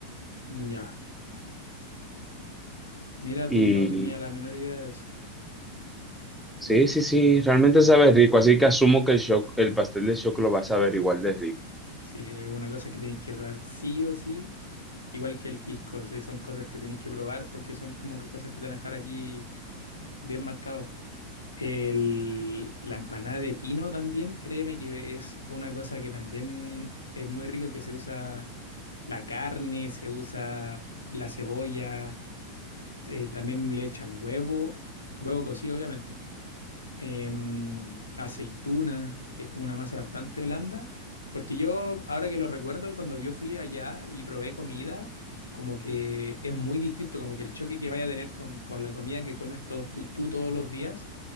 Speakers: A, on the left; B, in the centre.
A: Ya, mira
B: Y
A: tú, yo no tenía la menor idea de eso.
B: sí, sí, sí, realmente sabe rico, así que asumo que el, choc- el pastel de choclo va a saber igual de rico.
A: Sí, es una cosa que tenéis que probar sí o sí Igual que el pisco, sí, son cosas que tenéis que probar porque son como que cosas que te van a dejar aquí bien marcados. El- la empanada de pino también, créeme que es una cosa que también es muy rico, que se usa la carne, se usa la cebolla, eh, también le echan huevo, huevo cocido obviamente, em, aceituna, que es como una masa bastante blanda. Porque yo, ahora que lo recuerdo, cuando yo fui allá y probé comida, como que es muy distinto, como que el choque que vaya a tener con, con la comida que comes todos tú, tú todos los días